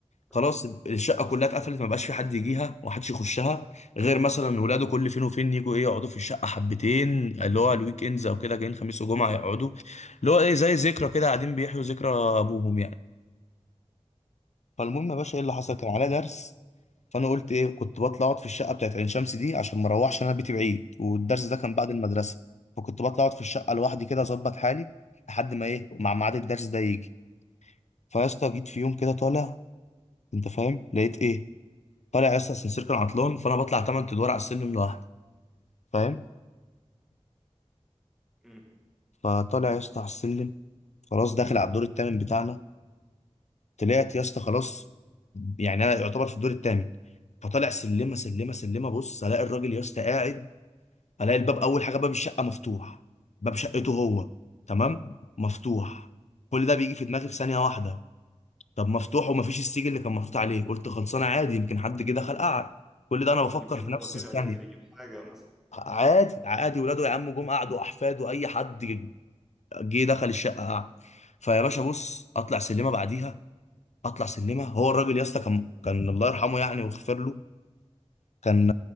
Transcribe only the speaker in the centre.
تمام
حلو.
أمم.
يمكن
هو
طلع
نازل يجيب حاجه مثلا